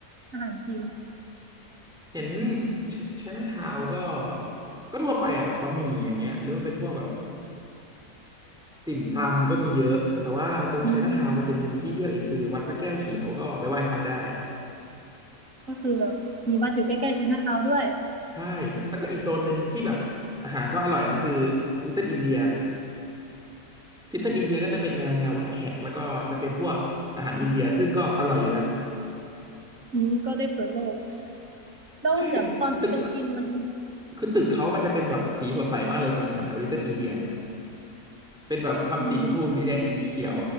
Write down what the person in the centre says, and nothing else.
เห็นไชน่าทาวน์ก็ก็ทั่วไปอ่ะแบบบะหมี่อย่างเงี้ยหรือว่าเป็นพวกแบบ ติ่มซำก็มีเยอะแต่ว่าตรงไชน่าทาวน์มันจะมีที่เที่ยวอีกคือวัดพระแก้วเขียวก็ไปไหว้พระได้
ใช่แล้วก็อีกโซนหนึ่งที่แบบอาหารก็อร่อยนะคือลิตเติ้ลอินเดียลิตเติ้ลอินเดียก็จะเป็นแนวแนววัดแขกแล้วก็จะเป็นพวกอาหารอินเดียซึ่งก็อร่อยอยู่นะ
ใช่ตึกคือตึกเขามันจะเป็นแบบสีสดใสมากเลยตรงแถวแถวลิตเติ้ลอินเดียเนี่ยเป็นแบบทำสีชมพูสีแดงสีเขียว